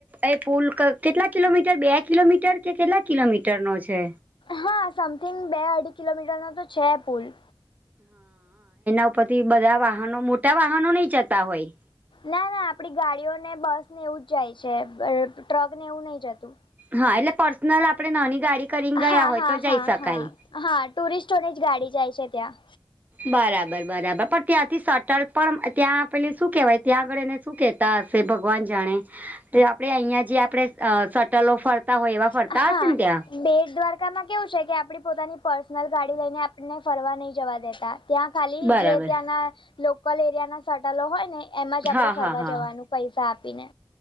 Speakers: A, on the right (about 20°); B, on the left (about 65°).
A: એ પુલ કેટલા કિલોમીટર, બે કિલોમીટર કે, કેટલા કિલોમીટર નો છે.
B: હા, સમથિંગ બે અઢી કિલોમીટરનો તો છે પુલ.
A: ઉપરથી બધા વાહનો મોટા વાહનો નહીં જતા હોય.
B: ના, ના આપડી ગાડીઓને બસ ને, એવું જ જાય છે, ટ્રક ને, એવું નહી જતું.
A: હા, એટલે પર્સનલ આપણે નાની ગાડી કરીને ગયા
B: હા
A: હોય
B: હા
A: તો,
B: હા
A: જઈ શકાય.
B: હા હા, ટુરિસ્ટોની જ ગાડી જાય છે ત્યાં.
A: બરાબર, બરાબર પણ ત્યાંથી સટલ પણ ત્યાં પે શું કેવાય? ત્યાં આગળ એને શું કહેતા હશે? ભગવાન જાણે તો આપણે અહીંયા જે આપણે. અ સટલો ફરતા હોય, એવા ફરતા
B: હા
A: હશે ને ત્યાં.
B: બેટ દ્વારકામાં કેવું છે કે, આપડી પોતાની પર્સનલ ગાડી લઈને, આપણને ફરવા નહી જવા દેતા. ત્યાં ખાલી
A: બરાબર
B: જે ત્યાંના લોકલ એરિયા ના સટલો હોય ને, એમ જ આપણે
A: હા
B: ફરવા
A: હા હા
B: જવાનું. પૈસા આપીને.